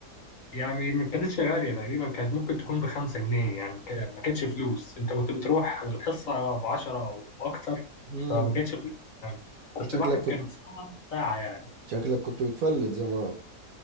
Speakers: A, on the left (about 55°); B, on the right (about 65°).
A: يعني ما كانتش غاليه تقريبا كانت ممكن تكون بخمسة جنيه يعني ك- ما كانتش فلوس انت كنت بتروح الحصه بعشرة او اكتر
B: امم
A: فما كانتش فلوس يعني بس
B: شكلك
A: الواحد
B: كنت
A: كانت ساعه ساعه يعني
B: شكلك كنت بتفلت زمان